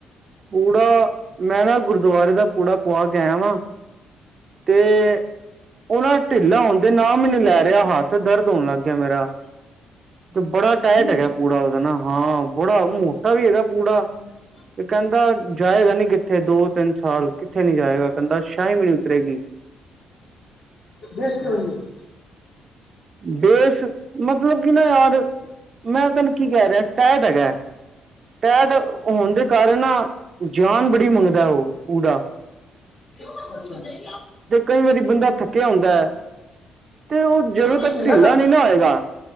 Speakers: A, on the right; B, on the left.
A: ਪੂੜਾ, ਮੈਂ ਨਾ ਗੁਰਦੁਆਰੇ ਦਾ ਪੂੜਾ ਪੁਆ ਕੇ ਆਇਆ ਵਾ। ਤੇ ਔ ਨਾ ਢਿੱਲਾ ਹੋਣ ਦੇ ਨਾਮ ਨਹੀਂ ਲੈ ਰਿਹਾ, ਹੱਥ ਦਰਦ ਹੋਣ ਲੱਗ ਗਿਆ ਮੇਰਾ। ਤੇ ਬੜਾ ਟਾਈਟ
B: ਹੂੰ
A: ਹੈਗਾ ਪੂੜਾ ਉਹਦਾ ਨਾ, ਹਾਂ ਬੜਾ ਮੋਟਾ ਵੀ ਹੈਗਾ। ਪੂੜਾ
B: ਹਮ <inaudible>
A: ਤੇ ਕਹਿੰਦਾ ਜਾਏਗਾ ਨੀ ਕਿੱਥੇ ਦੋ- ਤਿੰਨ ਸਾਲ ਕਿੱਥੇ ਨੀ ਜਾਏਗਾ। ਕਹਿੰਦਾ ਸ਼ਾਹੀ ਵੀ ਨੀ ਉਤਰੇਗੀ।
B: ਬੇਸਤੀ ਹੋ ਰਹੀ ਹੈ
A: ਬੇਸ਼ ਮਤਲਬ ਕਿ ਨਾ ਯਾਰ ਮੈਂ ਤੈਨੂੰ ਕੀ ਕਹਿ ਰਿਹਾ, ਟੈਟ ਹੈਗਾ। ਟੈਟ ਹੋਣ ਦੇ ਕਾਰਨ ਨਾ ਜਾਨ ਬੜੀ ਮੰਗਦਾ, ਉਹ ਪੂੜਾ
B: ਅੱਛਾ <inaudible>
A: ਤੇ ਕਈ ਵਾਰੀ ਬੰਦਾ ਥੱਕਿਆ ਹੁੰਦਾ ਹੈ। ਤੇ ਉਹ ਜਦੋਂ ਤੱਕ
B: ਇਹ
A: ਢਿੱਲਾ
B: ਕੰਮ
A: ਨਹੀਂ ਨਾ ਹੋਏਗਾ